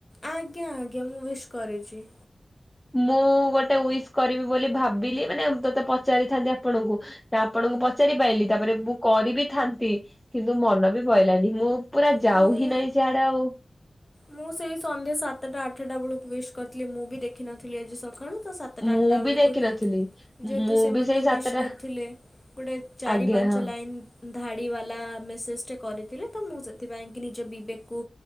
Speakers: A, on the left; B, in the centre.
A: ଆଜ୍ଞା ଆଜ୍ଞା ମୁଁ ଉଇଶ୍ କରିଚି।
B: ମୁଁ ଗୋଟେ ଉଇସ୍ କରିବି ବୋଲି ଭାବିଲି ମାନେ ତୋତେ ପଚାରିଥାନ୍ତି ଆପଣଙ୍କୁ ନା ଆପଣ ପଚାରି ପାଇଲିି ତାପରେ ମୁଁ କରିିବି ଥାନ୍ତି କିନ୍ତୁ ମନ ବି ପଇଲାନି ମୁଁ ପୁରା ଯାଉ
A: ମୁଁ
B: ହି ନହିଁ ସିଆଡେ ଆଉ
A: ମୁଁ ସେଇ ସନ୍ଧ୍ୟା ସାତଟା ଆଠଟା ବେଳକୁ ୱିଷ୍ କରିଥିଲି ମୁଁ ବି ଦେଖିନଥିଲି ଆଜି ସକାଳୁ ତ ସାତଟା
B: ମୁଁ
A: ଆଠଟା ବେଳକୁ
B: ବି ଦେଖିନଥିଲି
A: ଯେହେତୁ
B: ମୁଁ
A: ସେ
B: ବି
A: ମୋତେ
B: ସେଇ ସାତଟା
A: ୱିଶ କରିଥିଲେ ଗୋଟେ ଚାରି
B: ଆଜ୍ଞା
A: ପାଞ୍ଚ
B: ହଁ
A: ଲାଇନ୍ ଧାଡି ବାଲା ମେସେଜ ଟେ କରିଥିଲେ ତ ମୁଁ ସେଥିପାଇଁ କି ନିଜ ବିବେକକୁ